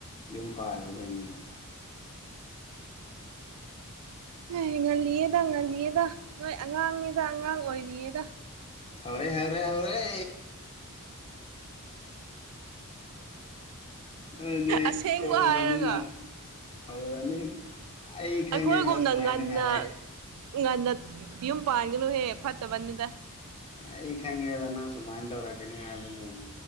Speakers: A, on the left; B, on the right.
A: ꯌꯨꯝ ꯄꯥꯜꯂꯗꯣꯏꯅꯤ
B: ꯑꯦ ꯉꯜꯂꯤꯌꯦꯗ ꯉꯜꯂꯤꯌꯦꯗ ꯅꯣꯏ ꯑꯉꯥꯡꯅꯤꯗ ꯑꯉꯥꯡ ꯑꯣꯏꯔꯤꯌꯦꯗ
A: ꯍꯧꯥꯔꯦ ꯍꯧꯥꯔꯦ ꯍꯧꯥꯔꯦ ꯅꯣꯏꯗꯤ
B: ꯑꯁꯦꯡꯕ
A: ꯀꯣꯕꯅꯤꯅ
B: ꯍꯥꯏꯔꯒ
A: ꯍꯧꯔꯅꯤ ꯑꯩ ꯈꯪꯉꯦꯕ
B: ꯑꯩꯈꯣꯏꯒꯨꯝꯅ
A: ꯁꯨꯃꯥꯏꯅ
B: ꯉꯟꯅ
A: ꯍꯥꯏꯔꯛ
B: ꯉꯟꯅ ꯌꯨꯝ ꯄꯥꯟꯒꯅꯨꯍꯦ ꯐꯠꯇꯕꯅꯤꯗ
A: ꯑꯩ ꯈꯪꯉꯦꯕ ꯅꯪ ꯁꯨꯃꯥꯏꯅ ꯇꯧꯔꯛꯀꯅꯤ ꯍꯥꯏꯕꯕꯁꯤꯅꯤ